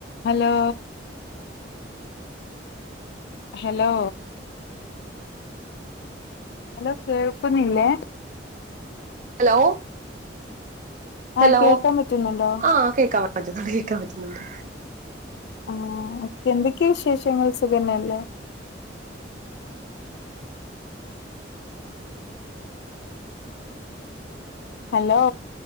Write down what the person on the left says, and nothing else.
Hello hello? Hello കേൾക്കുന്നില്ലേ?
ആഹ് കേൾക്കാൻ പറ്റുന്നുണ്ടോ
ആഹ് എന്തൊക്കെ വിശേഷങ്ങൾ സുഖന്നെല്ലേ? ഹലോ?